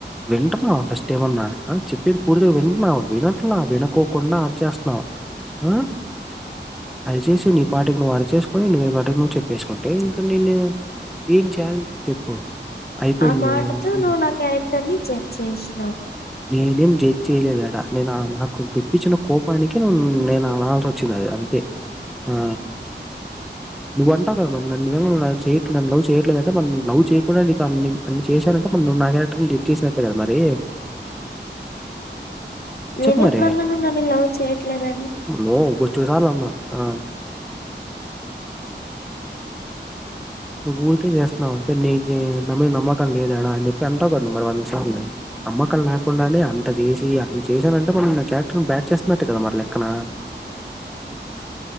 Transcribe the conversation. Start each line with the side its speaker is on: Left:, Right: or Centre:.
Centre: వింట న్నావ ఫస్ట్ ఏమన్నా ఆ చెప్పేది పూర్తిగా వింటున్నావ వినట్లా వినకోకుండా అరిచేస్తున్నావు ఆ అరిచేసి నీ పాటికి నువ్వు అరిచేసుకుని నువ్వు నీ పాటికి నువ్వు చెప్పేసుకుంటే ఇంకా నేను ఏం చేయాలి చెప్పు అయిపోయింది.
Left: ఆ మాటతో
Centre: నేను-
Left: నువ్వు నా క్యారెక్టర్ ని జెడ్జ్ చేసినవ్
Centre: నేనేం జెడ్జ్ చేయలేదు ఆడ నేను నాకు తెప్పించిన కోపానికి నేను అనాల్సి వచ్చింది అది అంతే ఆ నువ్వు అంటావు గదా మరి నన్ను నిజంగా నువ్వు చేయట్లా నన్ను లవ్ చేయట్లేదంటే మరి లవ్ చేయకుండానే నితో అన్ని అన్ని చేశానం టే మరి నువ్వు నా క్యారెక్టర్ ని జడ్జ్ చేసినట్టే కదా మరి
Left: నేనెప్పుడన్నా
Centre: చెప్పు మరి
Left: నువ్వు నన్ను లవ్ చేయట్లేదని
Centre: నో బో చ్చడు సార్లు అన్నా ఆ నువ్వు ఊరికే చేస్తున్నావు అంటే నీకు నా మీద నమ్మకం లేదాడా అని చెప్పి అంటావు కద మరి వంద సార్లు నమ్మకం లేకుండానే అంత చేసి అన్ని చేశానంటే మల్ల నా క్యారెక్టర్ బ్యాడ్ చేస్తున్నట్టే కదా మరి లెక్కన